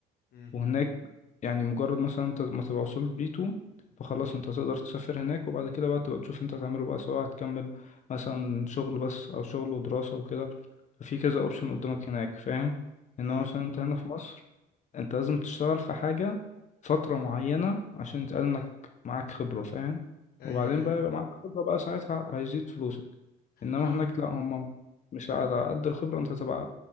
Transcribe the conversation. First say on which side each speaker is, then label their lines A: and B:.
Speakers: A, on the left; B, on the left.
A: مم.
B: وهناك يعني مجرد مثلا انت ما تبقى وصلت بي 2 فخلاص انت تقدر تسافر هناك وبعد كده بقى تبقى تشوف انت هتعمله بقى سواء هتكمل مثلا شغل بس او شغل ودراسة وكده ففي
A: مم.
B: كذا اوبشن قدامك هناك فاهم انما
A: ايوه
B: مثلا انت هنا في مصر انت لازم تشتغل في حاجة فترة معينة عشان يتقال انك معاك خبرة فاهم
A: ايوه
B: وبعدين
A: ايوه
B: بقى يبقى معاك خبرة بقى ساعتها هيزيد فلوسك انما
A: فاهم
B: هناك لا هم مش على قد الخبرة انت تبقى